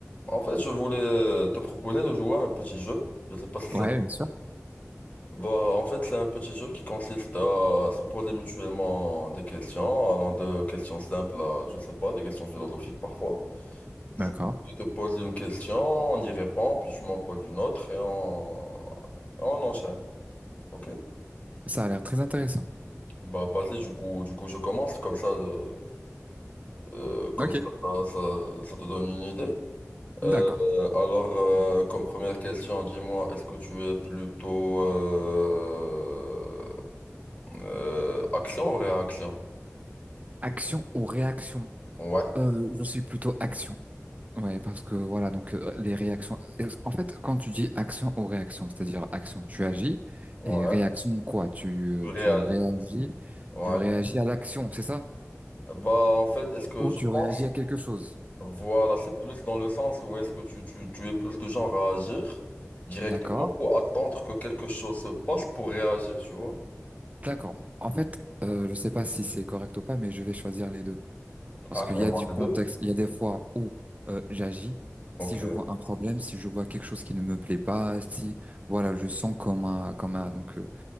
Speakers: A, on the left (about 30°); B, on the right (about 30°).
A: En fait, je voulais te proposer de jouer à un petit jeu. Je sais pas si ça.
B: Ouais,
A: te-
B: bien sûr.
A: Bah, en fait, c'est un petit jeu qui consiste à se poser mutuellement des questions, allant de questions simples à, je sais pas, des questions philosophiques parfois. Du
B: D'accord.
A: coup, je te pose une question, on y répond, puis tu m'en poses une autre et on, on enchaîne. Ok?
B: Ça a l'air très intéressant.
A: Bah, vas-y, du coup, du coup, je commence comme ça, euh, euh, comme
B: Ok,
A: ça, ça, ça ça te donne une idée.
B: d'accord.
A: Euh, alors, euh, comme première question, dis-moi, est-ce que tu es plutôt euh, euh, action ou réaction?
B: Action ou réaction?
A: Ouais,
B: Euh, je suis plutôt action. Ouais, parce que voilà, donc euh, les réactions. En fait, quand tu dis action ou réaction, c'est-à-dire action, tu agis
A: ouais.
B: et réaction quoi? Tu
A: Tu
B: euh,
A: réagis.
B: tu réagis,
A: Ouais.
B: tu réagis à l'action, c'est ça?
A: Bah, en fait, est-ce que
B: Ou
A: je
B: tu réagis
A: pense,
B: à quelque chose.
A: voilà, c'est plus dans le sens où est-ce que tu, tu, tu es plus de genre à agir directement
B: D'accord,
A: ou attendre que quelque chose se passe pour réagir, tu vois?
B: d'accord. En fait, euh, je sais pas si c'est correct ou pas, mais je vais choisir les deux. Parce
A: Ah,
B: qu'il
A: carrément
B: y a du
A: les
B: contexte,
A: deux.
B: il y a des fois où euh, j'agis,
A: Ok,
B: si je vois un problème, si je vois quelque chose qui ne me plaît pas, si voilà, je sens comme un, comme un, donc euh,